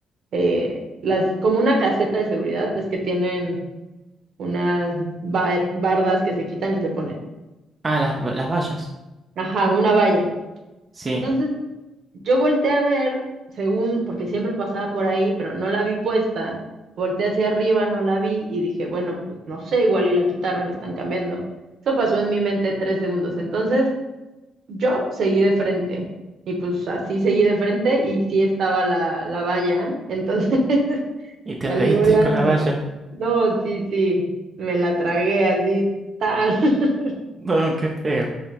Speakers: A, on the right; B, on the right.
A: eh, las, como una caseta de seguridad, ves que tienen unas bar- bardas que se quitan y se ponen.
B: Ah, las, las vallas.
A: Ajá, una valla.
B: Sí.
A: Entonces Yo volteé a ver, según, porque siempre pasaba por ahí, pero no la vi puesta. Volteé hacia arriba, no la vi y dije, bueno, pues no sé, igual y la quitaron, la están cambiando. Eso pasó en mi mente tres segundos. Entonces, yo seguí de frente y pues así seguí de frente y sí estaba la, la valla. Entonces, <laughs>
B: Y te
A: salí
B: la diste
A: volando.
B: con la valla.
A: No, sí, sí, me la tragué así, tal. <laughs>
B: No, qué feo.